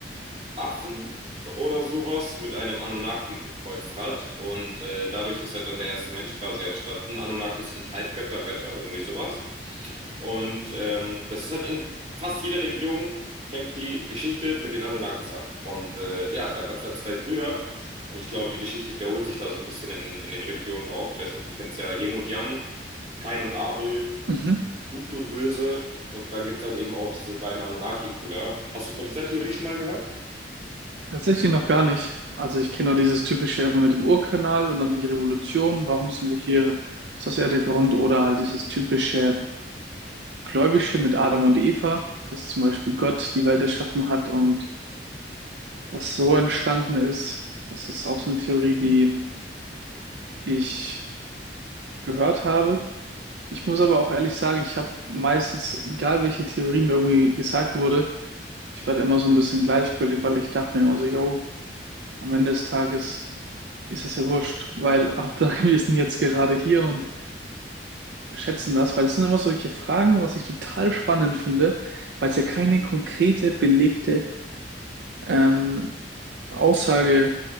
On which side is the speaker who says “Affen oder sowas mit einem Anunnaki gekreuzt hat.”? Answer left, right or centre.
Right